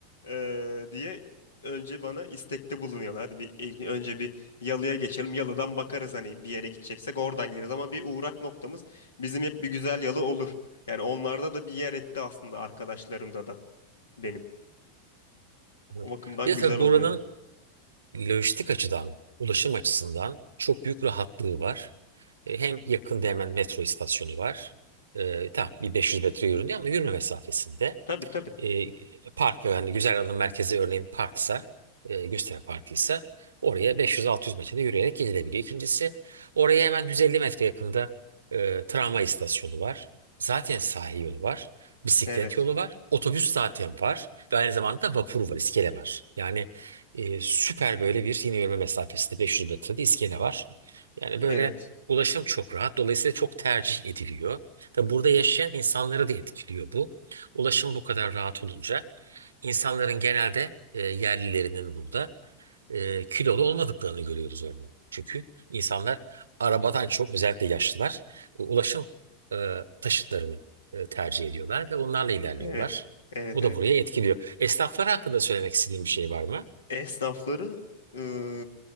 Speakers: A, on the left (about 65°); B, on the right (about 70°).
A: e, diye önce bana istekte bulunuyorlar. Hadi bir e, önce bir yalıya geçelim. Yalıdan bakarız hani bir yere gideceksek oradan gideriz ama bir uğrak noktamız bizim hep bir güzel yalı olur. Yani onlarda da bir yer etti aslında arkadaşlarımda da benim.
B: Anladım.
A: O bakımdan
B: Bir de
A: güzel
B: tabii
A: oluyor.
B: buranın lojistik açıdan, ulaşım açısından çok büyük rahatlığı var. E, hem yakında hemen metro istasyonu var. E, tamam bir 500 metre yürünüyor ama yürüme mesafesinde.
A: Tabii tabii.
B: e, park hani güzel alım merkezi örneğin parksa e, gösteri parkıysa oraya 500-600 metrede yürüyerek gidilebiliyor. İkincisi oraya hemen 150 metre yakında e, tramvay istasyonu var. Zaten sahil yolu var. Bisiklet
A: Evet.
B: yolu var. Otobüs zaten var. Ve aynı zamanda da vapuru var. iskele var. Yani e, süper böyle bir yine yürüme mesafesinde 500 metrede iskele var. Yani böyle
A: Evet.
B: ulaşım çok rahat. Dolayısıyla çok tercih ediliyor. Tabi burada yaşayan insanları da etkiliyor bu. Ulaşım bu kadar rahat olunca insanların genelde e, yerlilerinin burada e, kilolu olmadıklarını görüyoruz örneğin. Çünkü insanlar arabadan çok özellikle yaşlılar e, ulaşım e, taşıtlarını e, tercih ediyorlar ve onlarla ilerliyorlar.
A: Evet. Evet
B: Bu
A: evet.
B: da buraya etkiliyor. Esnaflar hakkında söylemek istediğim bir şey var mı?
A: Esnafları e,